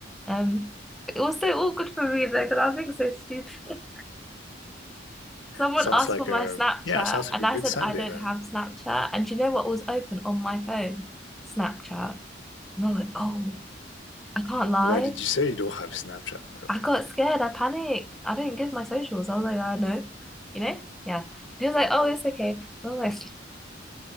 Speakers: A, in the centre; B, on the left.
A: Um, it was so awkward for me though because I was being so stupid. <laughs> Someone
B: Sounds
A: asked
B: like
A: for my
B: a
A: Snapchat,
B: yeah, sounds
A: and
B: like a
A: I
B: good
A: said
B: Sunday
A: I don't
B: then.
A: have Snapchat. And do you know what was open on my phone? Snapchat. And I was like, oh, I can't lie.
B: Why did you say you don't have Snapchat though?
A: I got scared. I panicked. I didn't give my socials. I was like, I know, you know? Yeah. He was like, oh, it's okay. And I was like,